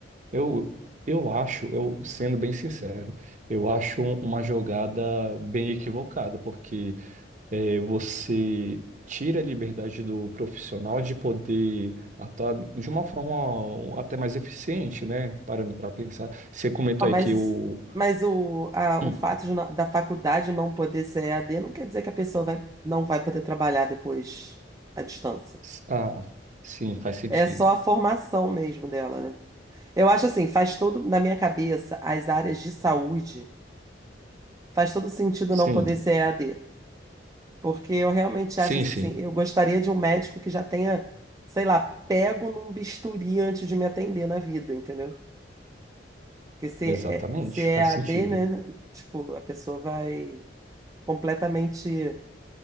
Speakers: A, on the right; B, on the right.
A: eu, eu acho, eu sendo bem sincero, eu acho um- uma jogada bem equivocada, porque é, você tira a liberdade do profissional de poder atuar de uma forma até mais eficiente, né? Parando para pensar. Você comentou
B: Ah, Mas,
A: aí que
B: isso-
A: o.
B: mas o, a-
A: Hum,
B: o fato de não- da faculdade não poder ser EAD não quer dizer que a pessoa vai, não vai poder trabalhar depois à distância.
A: s- ah, sim, faz sentido.
B: É só a formação mesmo dela, né? Eu acho assim, faz todo, na minha cabeça, as áreas de saúde, faz todo sentido
A: Sim,
B: não poder ser EAD. Porque eu realmente
A: sim,
B: acho assim,
A: sim.
B: eu gostaria de um médico que já tenha, sei lá, pego num bisturi antes de me atender na vida, entendeu? Porque se
A: Exatamente,
B: é, se é
A: faz
B: EAD,
A: sentido.
B: né? Tipo, a pessoa vai completamente.